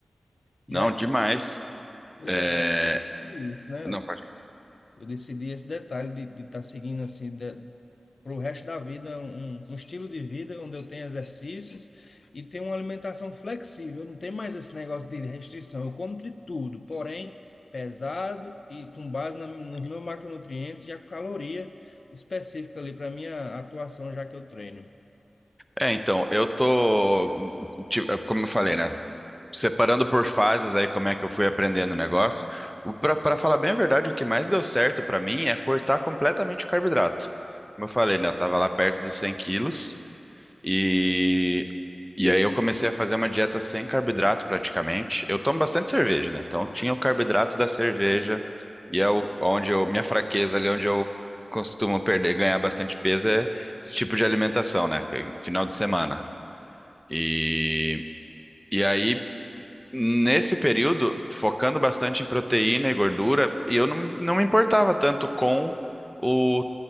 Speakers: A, on the left; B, in the centre.
A: E
B: não,
A: aí,
B: demais.
A: pois
B: É,
A: é, isso, né?
B: não, pode.
A: Eu decidi esse detalhe de estar seguindo assim para o resto da vida um, um estilo de vida onde eu tenho exercícios e tenho uma alimentação flexível. Não tem mais esse negócio de restrição. Eu como de tudo, porém pesado e com base na, nos meus macronutrientes e a caloria específica ali para minha atuação já que eu treino.
B: É, então, eu tô, tipo, como eu falei, né? separando por fases aí como é que eu fui aprendendo o negócio, o, pra, pra falar bem a verdade, o que mais deu certo pra mim é cortar completamente o carboidrato. Como eu falei, né, eu tava lá perto dos 100 quilos e, e aí eu comecei a fazer uma dieta sem carboidrato praticamente. Eu tomo bastante cerveja, né, então tinha o carboidrato da cerveja e é o, onde eu, minha fraqueza ali, onde eu costumo perder, ganhar bastante peso é esse tipo de alimentação, né, que é final de semana. E, e aí Nesse período, focando bastante em proteína e gordura, e eu não, não me importava tanto com o